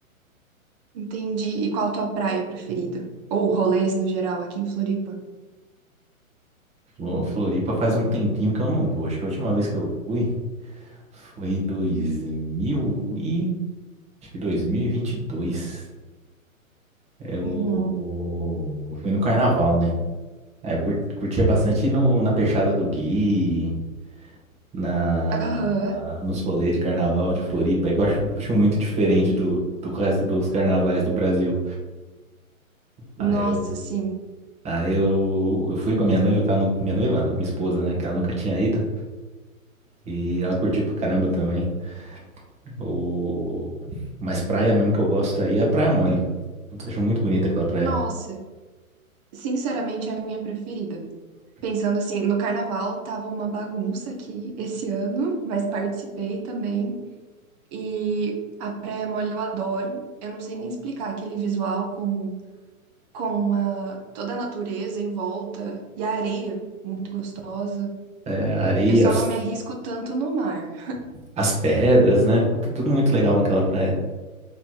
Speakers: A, on the right; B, on the right.
A: Entendi. E qual a tua praia preferida? Ou rolês no geral aqui em Floripa?
B: Flo- Floripa faz um tempinho que eu não vou. Acho que a última vez que eu fui foi dois mil e... Acho que 2022. Eu
A: Uhum.
B: eu fui no carnaval, né? É, eu cur- curtia bastante ir no, na Peixada do Gui, na,
A: Aham.
B: nos rolês de carnaval de Floripa, aí que eu acho, acho muito diferente do, do resto dos carnavais do Brasil. Aí
A: Nossa,
B: eu,
A: sim.
B: aí eu, eu fui com a minha noiva, que ela, nu- minha noiva, não, minha esposa, né, que ela nunca tinha ido, e ela curtiu pra caramba também. O, mas praia mesmo que eu gosto aí é a Praia Mole. Putz, acho muito bonita aquela praia.
A: Nossa, sinceramente é a minha preferida. Pensando assim, no carnaval tava uma bagunça aqui esse ano, mas participei também. E a praia mole eu adoro. Eu não sei nem explicar aquele visual com, com a- toda a natureza em volta e a areia, muito gostosa.
B: É, a areia,
A: Eu só
B: as,
A: não me arrisco tanto no mar.
B: as pedras, né? Puta, tudo muito legal naquela praia.